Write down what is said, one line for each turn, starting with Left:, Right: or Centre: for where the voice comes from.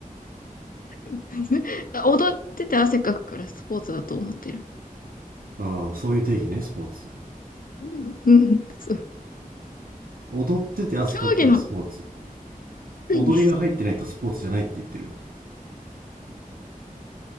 Left: <laughs> 踊ってて汗かくからスポーツだと思ってる。
Right: ああ、そういう定義ね、スポーツ。
Left: うん、うん、そう。
Right: 踊ってて汗かくからスポーツ。
Left: 競技の、うん
Right: 踊りが入ってないとスポーツじゃないって言ってる。